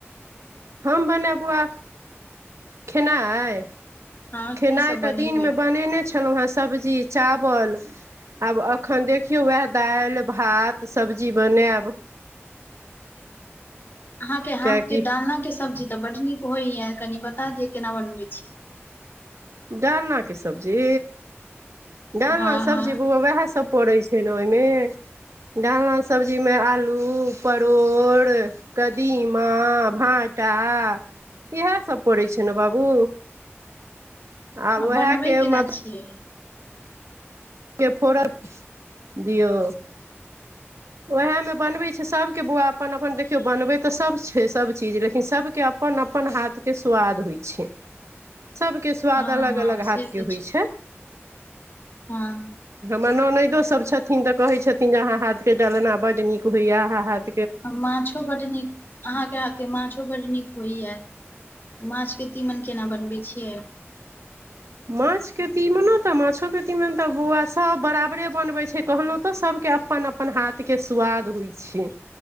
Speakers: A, on the right; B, on the left.
A: हम बनायब बौआ खेनाइ
B: हँ
A: खेनाइ
B: की सब
A: तऽ
B: बनेबै
A: दिनमे बनेने छलहुँ हेँ सब्जी चावल आब एखन देखियौ उएह दालि भात सब्जी बनायब
B: अहाँके हाथ
A: किएकि
B: के डालना के सब्जी तऽ बड्ड नीक होइय कनि बता दिय केना बनबै छी
A: डालनाके सब्जी डालना
B: हँ
A: सब्जी
B: हँ
A: बौआ उहै सभ पड़ैत छै ने ओहिमे डालना सब्जीमे आलू परोड़ कदीमा भाँटा इएहसभ पड़ै छै ने बाबू आब उएहके
B: बनबै केना
A: म
B: छियै
A: के फोड़र दियौ उएहमे बनबैत छै सभके बौआ अपन अपन देखियौ बनबै तऽ सभ छै सभचीज लेकिन सभके अपन अपन हाथके सोआद होइ छै सबके स्वाद
B: हँ
A: अलग
B: हँ
A: अलग
B: से
A: हाथ के
B: तऽ
A: होइ छै
B: हँ
A: म ननैदो सब छथिन तऽ कहे छथिन जे अहाँ हाथ के डालना बड नीक होइया अहाँ हाथ
B: माछो बड नीक अहाँके हाथे माछो बड नीक होइए माछके तीमन केना बनबै छियै
A: माछके तीमनो तऽ माछोके तीमन तऽ बौआ सभ बराबरे बनबैत छै कहलहु तऽ सभ अपन अपन हाथ के स्वाद होइ छै